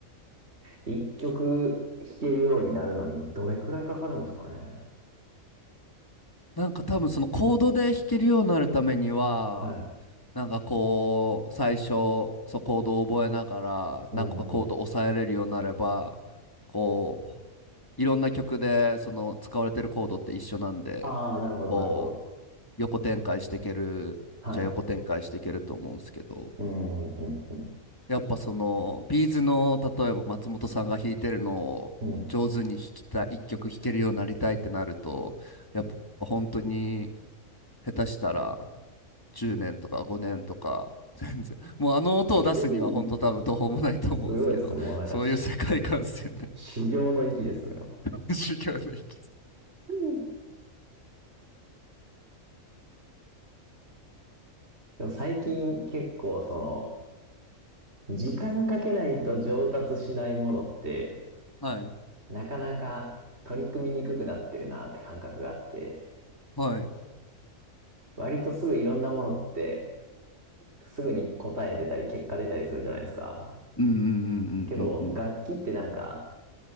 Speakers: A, on the right; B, on the left.
A: 一曲弾けるようになるのにどれくらいかかるんですかね。
B: なんか多分そのコードで弾けるようになるためには、
A: はい。
B: なんかこう、最初、そうコードを覚えながら、
A: うんうん。
B: なんかコードを抑えれるようになれば、こう、いろんな曲でその使われてるコードって一緒なんで、
A: ああ、なるほど、
B: こう、
A: なるほど。
B: 横展開していける、
A: はい。
B: じゃあ横展開していけると思うんですけど、
A: うんうんうん
B: やっぱその、ビーズの、例えば松本さんが弾いてるのを上手に弾きたい、
A: うん。う
B: 一曲弾けるようになりたいってなると、やっぱ本当に、下手したら10年とか5年とか、<laughs> 全然。もうあの音を出すには本当多分途方もないと思うんですけど、
A: ん。うん。すごいですね。もうなんかし、
B: そういう世界観ですよね。
A: 修行の域ですね。
B: <laughs> 修行の域。
A: うん。でも最近結構その、時間かけないと上達しないものって、
B: はい。
A: なかなか取り組みにくくなってるなって感覚があって、
B: はい。
A: 割とすぐいろんなものって、すぐに答え出たり結果出たりするじゃないですか。
B: うんうんうんうんうん
A: けど、楽器ってなんか、